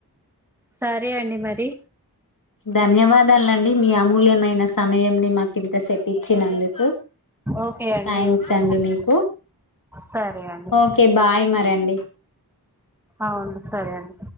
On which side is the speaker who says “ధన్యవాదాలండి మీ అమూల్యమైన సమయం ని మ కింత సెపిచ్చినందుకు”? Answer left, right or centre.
Left